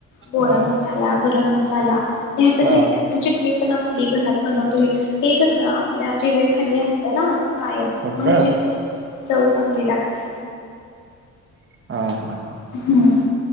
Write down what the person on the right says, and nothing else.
हा
हा
हो
का
हा हा हा